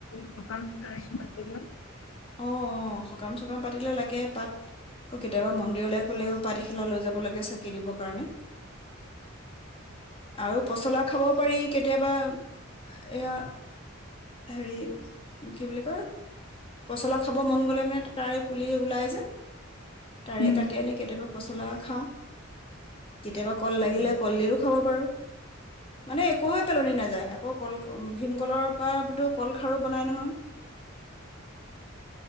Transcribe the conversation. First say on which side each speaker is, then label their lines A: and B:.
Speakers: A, on the left (about 70°); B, on the left (about 30°).
A: খকাম তেতিয়া ৰাইজ মাতিব
B: অ অ খকাম চকাম পাতিলে লাগে পাত অ কেতিয়াবা মন্দিৰলৈ গলেও পাত এখিলা লৈ যাব লাগে চাকি দিবৰ কাৰণে আৰু পছলা খাব পাৰি কেতি দেবাউ অ এয়া হেৰি কি বুলি কয় পচলা খাব মন গ'লে মানে তাৰে পুলি ওলাই যে তাৰে
A: উম,
B: কাটি আনি কেতিয়াবা পচলা খাওঁ কেতিয়াবা কল লাগিলে
A: উম,
B: কলডিলো খাব পাৰো মানে একো পেলনি নাযায় আকৌ কল ভীমকলৰ পৰাতো কলখাৰো বনাই নহয়